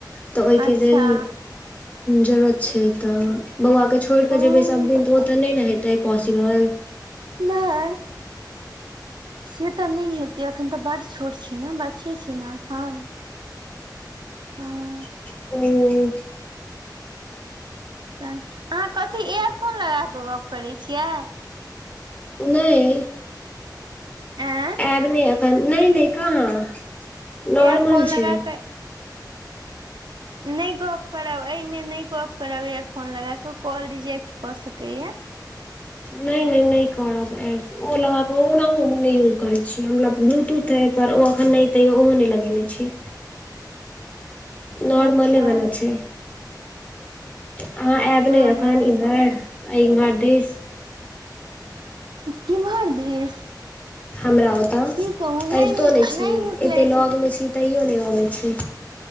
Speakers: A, on the left; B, on the right.
A: तऽ ओके
B: अच्छा
A: लेल जरूरत छै तऽ बौआके छोड़ि
B: हँ
A: कऽ जेबै सभ दिन, तऽ
B: भाय
A: ओ तऽ नहि न हेतै, पोसिबल
B: नहि से तऽ नहि हेतै एखन तऽ बड छोट छै ने बच्चे छै न एखन हँ
A: <inaudible>
B: तहन अहाँ कथी एयरफोन लग‌ए कऽ गप्प करै छियै
A: नहि
B: आँय
A: आब नहि, एखन नहि नहि, कहां नॉर्मल
B: इयरफोन लगा
A: छै।
B: कऽ नहि गप करब एहिमे नहि गप करब इयरफोन लगा कऽ कॉल रिजेक्ट कऽ सकैए
A: नहि नहि नहि करब ए ओ लगाक ओना हम नहि यूज करै छी हमरा ब्लूटूथ एप पर ओ अखन नहि तैयो ओहो नहि लगेने छी नॉर्मले
B: अच्छा
A: वाला छै अहाँ आयब
B: हँ
A: ने एखन,
B: हँ
A: इम्हर-इम्हर
B: भऽ गेल छै।
A: दिस
B: किमहर दिस
A: हमरा ओतऽ
B: की कहू
A: अबितो
B: निक
A: नहि छी
B: निकलै
A: एते लग मे छी तैयो नहि अबै छी